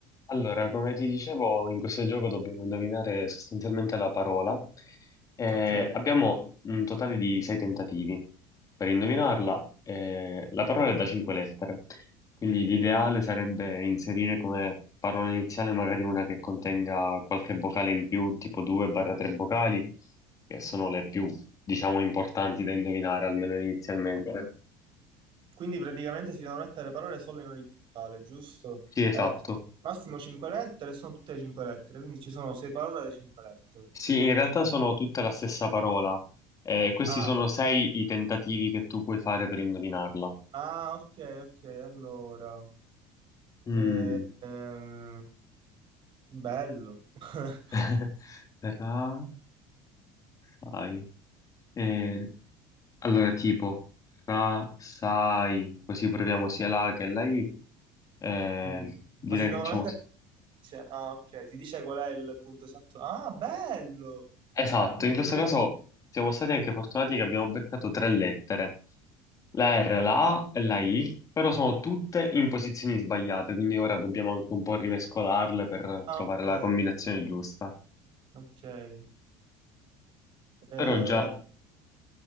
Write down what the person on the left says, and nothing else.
Allora, come ti dicevo, in questo gioco dobbiamo indovinare sostanzialmente la parola. Eh,
abbiamo un totale di sei tentativi per indovinarla. eh, la parola è da cinque lettere, quindi l'ideale sarebbe inserire come parola iniziale magari una che contenga qualche vocale in più, tipo 2-3 vocali, che sono le più, diciamo, importanti da indovinare, almeno inizialmente.
Sì, esatto.
Sì, in realtà sono tutta la stessa parola. Eh, questi
sono sei i tentativi che tu puoi fare per indovinarla.
Mm.
<laughs> Ra, sai. Eh, allora, tipo, ra, sai, così proviamo sia la A che la I. Eh,
direi
che facciamo.
Esatto,
in
questo caso
siamo stati anche fortunati che abbiamo beccato tre lettere, la R, la A e la I, però sono tutte in posizioni sbagliate, quindi ora dobbiamo anche un po' rimescolarle per
trovare
la combinazione giusta.
Però già...